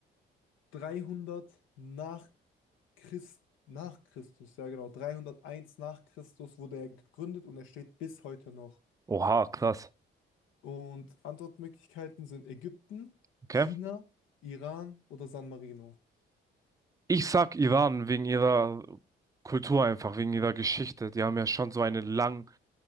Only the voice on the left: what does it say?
300 nach Christ, nach Christus, ja genau, 301 nach Christus wurde er gegründet und er steht bis heute noch.
Und Antwortmöglichkeiten sind Ägypten,
China, Iran oder San Marino.